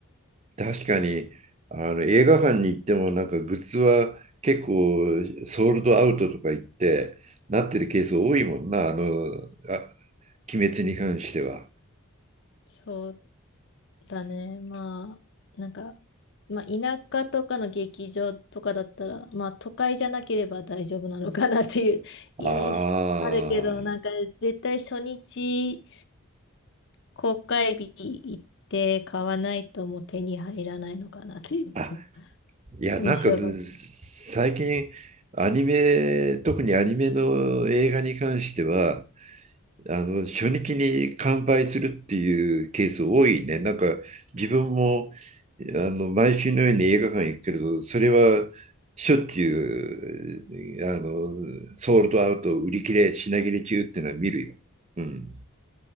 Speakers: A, on the right; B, on the left.
A: 確かに、あの映画館に行ってもなんかグッズは結構ソールドアウトとか言ってなってるケース多いもんな、あの、あ、鬼滅に関しては。
B: そうだね。まあ、なんか、まあ、田舎とかの劇場とかだったら、まあ、都会じゃなければ大丈夫なのかなっていう <laughs>
A: ああ。
B: 印象あるけど、なんか、絶対初日、公開日行って買わないともう手に入らないのかなっていう
A: あ、いや、
B: 印象が。
A: なんか最近、アニメ、特にアニメの映画に関しては、あの初日に完売するっていうケース多いね。なんか自分もあの毎週のように映画館行くけれど、それはしょっちゅうあのソールドアウト、売り切れ、品切れ中っていうのは見るよ。うん。